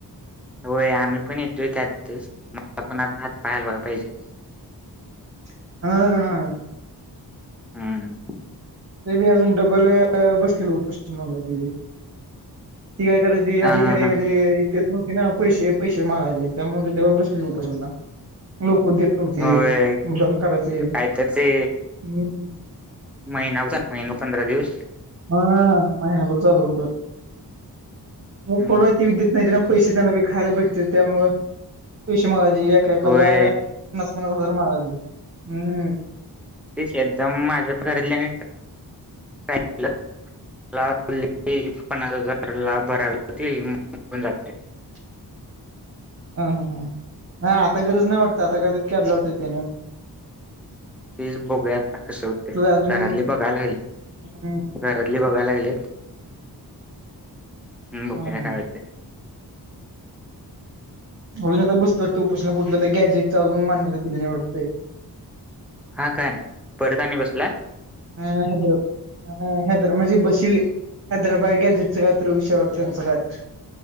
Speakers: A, in the centre; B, on the right.
A: होय आम्ही पण येतोय त्यातच, मला पण आता हात पाय हालवाय पाहिजेत.
B: ह. <inaudible> हा, हा, हा,
A: हम्म.
B: ते बी अजून डबल बसले लोपोस् म- ती काय करजी
A: हां,
B: अधी
A: हां,
B: खर्याली
A: हां.
B: <unintelligible> ते नव्हते ना पैसे पैसे मागायचे त्यामुळे वळ बसले लोप <unintelligible> ु देत नव्हतेधम
A: होय,
B: काचे
A: काय तर ते
B: ह् <unintelligible>
A: महिना महिना, पंधरा दिवस.
B: हा महीना बर चालू होत. मग
A: हं,
B: कोडत
A: हं,
B: विद्यत नाही त्यांना पैसे
A: हं.
B: त्यांना खायला भेटतेत, त्यामुळ पैसे मागय एकेएकाला
A: होय,
B: पन्नास-पन्नास हजार मागायच.
A: तेच एकदम माझ्या घरल्याने टाय केलं <unintelligible> पणा घरला भरावेतील जात <unintelligible>
B: <inaudible> ह, ह, ह, हा, आता गरज नाही वाटत आता काय ते कढला वाटत ते.
A: तेच बघूयात ना, कसे होतय,
B: अजून
A: घरातले बघायला लागलेत.
B: ह
A: घरातले बघायला लागलेत. बघुया
B: ह
A: काय होतय.
B: अजून आता बसतय वाटत, उपासून कुठलं तर गॅजेटचा अजून मान्यता दिली नाही वाटतंय?
A: हा काय परत आणि बसलाय?
B: हा हू <unintelligible> अ.. हैदरा म्हणजे बसिली हैदराबाद गँजेटच कायतर विषय त्यांचा कायतर.?